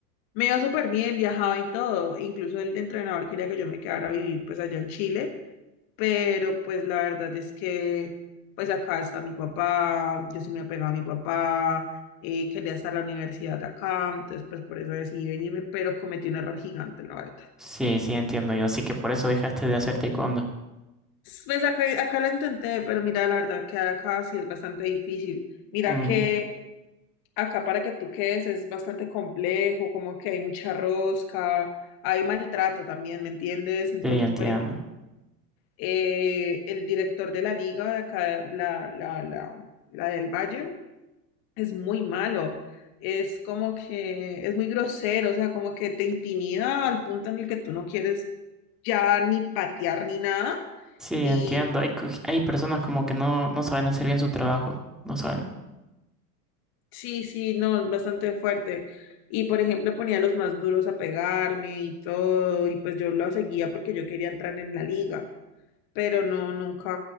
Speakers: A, on the left (about 45°); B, in the centre.
A: Me iba súper bien, viajaba y todo. Incluso el entrenador quería que yo me quedara a vivir pues allá en Chile pero pues la verdad es que pues acá está mi papá, yo sí me apegaba a mi papá, eh, quería estar a la universidad acá, entonces pues por eso decidí venirme, pero cometí un error gigante, la verdad.
B: Sí, sí, entiendo yo, así que por eso dejaste de hacer taekwondo.
A: Pues acá, acá lo intenté, pero mira, la verdad, quedar acá sí es bastante difícil. Mira
B: Mm,
A: que acá para que tú quedes es bastante complejo, como que hay mucha rosca, hay maltrato también, ¿me entiendes? Entonces,
B: sí, entiendo.
A: por ejemplo, eh, el director de la liga de acá, la, la, la, la del Valle, es muy malo. Es como que es muy grosero, o sea, como que te intimida al punto en el que tú no quieres ya ni patear ni nada.
B: Sí, entiendo.
A: Y
B: Hay, co- hay personas como que no, no saben hacer bien su trabajo. No saben.
A: sí, sí, no, es bastante fuerte. Y por ejemplo, ponía a los más duros a pegarme y todo, y pues yo lo seguía porque yo quería entrar en la liga, pero no, nunca,